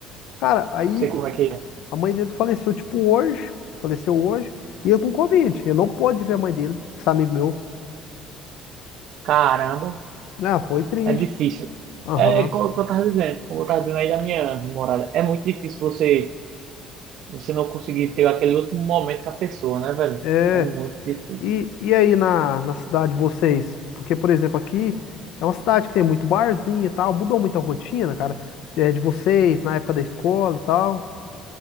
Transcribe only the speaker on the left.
Cara, aí
a mãe dele faleceu, tipo, hoje, faleceu hoje, e ele com Covid. Ele não pôde ver a mãe dele, esse amigo meu.
Ah, foi triste.
Aham.
É.
E, e aí na, na cidade de vocês? Porque, por exemplo, aqui é uma cidade que tem muito barzinho e tal, mudou muito a rotina, cara, é, de vocês, na época da escola e tal.